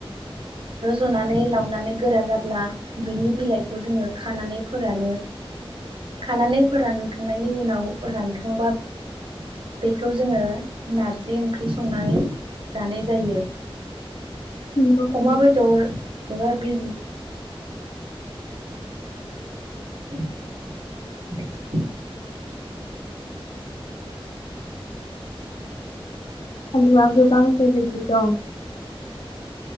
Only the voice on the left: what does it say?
नंगौ
थारैनो
आलुआ गोबां <unintelligible>